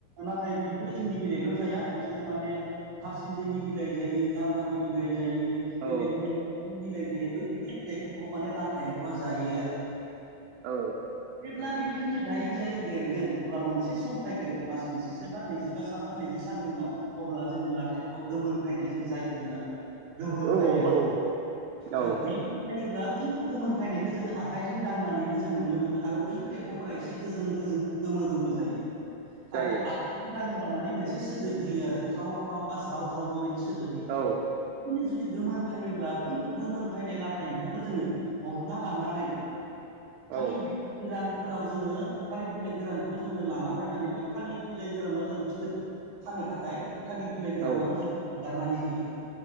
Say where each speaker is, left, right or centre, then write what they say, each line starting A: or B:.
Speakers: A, on the right; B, on the right.
A: नाथाय बेफोर इन्दि बिलाइल' जाया बिसोर माने थासिम्लिनि बिलाइ जायो गाम्बारि बिलाइ जायो।
B: औ
A: बैबायदि <unintelligible> बिलाइ जायो बैबायदि बिलाइफोरखौबो माने लान्थाया जायो आरो।
B: औ
A: जेब्ला बेबायदिनो जायै जायै देरगोन अब्ला मोनसे सम फायगोन मास मोनसेसो बा नैजिबा सान बा नैजि साननि उनाव अब्ला जोंनि लाथा एम्फौ गोमोन फायनाय जों जायखो होनना बुङो। गोमोन
B: औ
A: फैयो
B: औ औ
A: दा बै जायोब्ला बैफोर गोमोन फायनायखौ जोङो आखाइजों दांनानैनो जों नुनो मोनो आरो बैफोर एम्फौफोरा एसे गोजों गोजों गोमो गोमो जायो।
B: जायो
A: आरो आखाइजों दाङोबा माने मोनसे सोदोब होयो आरो ख्राव ख्रावबा ज्राव ज्राव बेबायदि सो सोदोब होयो
B: औ
A: बिदिनो जुदि गोमोन फायोब्ला बैफोर गोमोन फायनाय लाथा एम्फौखौ जोङो हमना लांनानै
B: औ
A: थालिर गोरानफोराव जोङो थालिर बिलाइ गोरानखौ जोङो लाना फायनानै बे थालिर बिलाइ गोरानाव जों फिथोब थानो थाखाय थालिर बिलाइ गोरानाव
B: औ
A: जों हगारनानै होयो